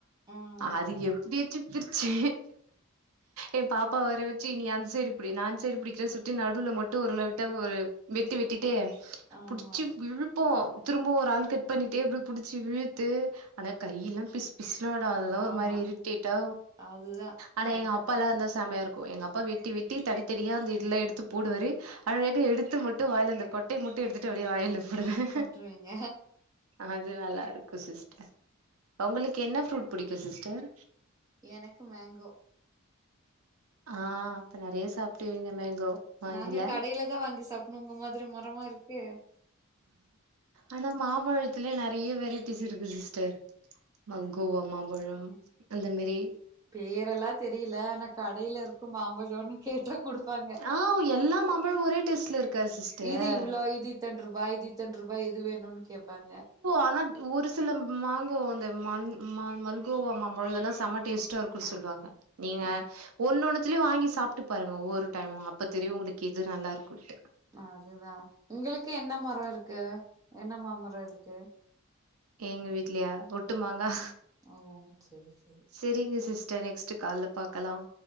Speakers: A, on the right; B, on the right.
A: ம்
B: அதுக்கு எப்டியாச்சி பிரிச்சு எ பாப்பாவ வர வச்சு நீ அந்த சைடு புடி நா அந்த சைடு புடிக்கிறே சுத்து நடுவுல மட்டு <unintelligible> ஒரு வெட்டு வெட்டிட்டு
A: ஆமா
B: புடிச்சு இழுப்போ திரும்ப ஒரு ஆள் கட் பண்ணிட்டே புடிச்சி இழுத்து ஆனா கையெல்லா பி பிசுரோட அதுதா
A: ஆமா
B: ஒரு மாதிரி இரிட்டேட்டா
A: அதுதா
B: ஆனா
A: அது
B: எங்க
A: பாடு
B: அப்பாலா இருந்தா செமையா இருக்கு எங்க அப்பா அப்பா வெட்டி வெட்டி தனத்தனியாக அந்த இதில எடுத்து போடுவாரு அழகா எடுத்து மட்டு வாயில அந்த கொட்ட மட்டு எடுத்துட்டு அப்டியே வாயில போடுவே
A: அவங்க
B: அது நல்லா இருக்கு சிஸ்டர் உங்களுக்கு என்ன ஃப்ரூட் பிடிக்கு சிஸ்டர்
A: எனக்கு மேங்கோ‌
B: ஆ அப்ப நெறைய சாப்டுவீங்க மேங்கோ வாங்கில
A: நாங்க கடைல தா வாங்கி சாப்டணு உங்க மாரி முரமா இருக்கு
B: ஆனா மாம்பழத்திலயே நெறைய வெரைட்டிஸ் இருக்கு சிஸ்டர் மல்கோவா மாம்பழோ அந்த மேரி
A: பேரெல்லா தெரில ஆனா கடைல இருக்கு மாம்பழன்னு கேட்டா கொடுப்பாங்க
B: ஆ எல்லா மாம்பழமு ஒரே டேஸ்ட்ல இருக்கா சிஸ்டர்
A: இது இவ்ளோ இது பத்தெண்டு ரூபாய் இத்தரண்டு ரூபாய் எது வேணும்னு கேப்பாங்க
B: ஆனா ஒரு சில மாங்கோ அந்த மல் மல்கோவ மாம்பழோல்லா செம டேஸ்ட்டா இருக்கு பொய் சொல்வாங்க நீயா
A: ஆ
B: ஒன்னுண்ணுத்தலயு வாங்கி சாப்ட்டு பாருங்க ஒவ்வொரு டைமு அப்ப தெரியு உங்களுக்கு இது நல்லாருக்கும்ட்டு
A: அதுதா உங்களுக்கு என்ன மரம் இருக்கு என்ன மாமரம் இருக்கு
B: எங்க வீட்லயா தெட்டுமாங்கா
A: ஓ செரி செரி
B: செரிங்க சிஸ்டர் நெக்ஸ்ட்டு கால்ல பாக்கலாம்